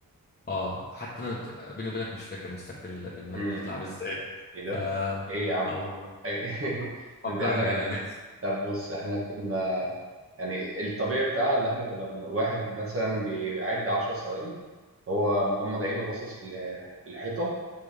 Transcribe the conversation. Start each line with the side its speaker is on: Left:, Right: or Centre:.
Left: اه حتى انا بيني وبينك مش فاكر مساكة ال- الملك
Right: امم
Left: بتتلعب ازاي
Right: ايه ده؟
Left: ف اه
Right: ايه يا عم؟
Left: والله
Right: إيه؟ <laughs>
Left: فكرني
Right: ده احنا
Left: انا ناسي
Right: طب بص احنا كنا يعني الطبيعي بتاع اللي احنا كنا بن- واحد مثلا بيعد 10 ثواني هو مغمض عينه وباصص ل- للحيطة